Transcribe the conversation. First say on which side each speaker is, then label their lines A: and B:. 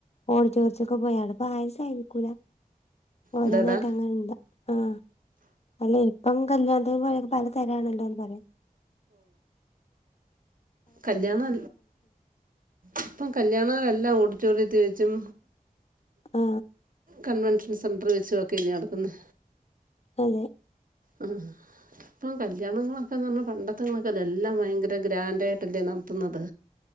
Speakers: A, on the left; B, on the right.
A: ഓഡിറ്റൊരിയത്ത്ക്ക് പൊയാണ് പായസായി നിക്കൂല ഓരോന്നായിട്ട്
B: എന്താടാ
A: അങ്ങനെ ഇണ്ട അ അല്ലെ ഇപ്പം കല്യാണം ത്തിന് പോയാൽ പല തരയാണല്ലോന്ന് പറയാം
B: കല്യാണ ഇപ്പ കല്യാണല്ലാം ഓഡിറ്റോറിയത്തി വച്ചും
A: ആ
B: കൺവെൻഷൻ സെന്ററിൽ വെച്ച് ഒക്കെ നടത്തുന്നെ
A: അതെ
B: അ ഇപ്പ കല്യാണങ്ങളൊക്കെന്ന് പറഞ്ഞാ പണ്ടത്തങ്ങളൊക്കെല്ല എല്ലാം ഭയങ്കര ഗ്രാൻഡായിട്ടല്ലേ നടത്തുന്നത്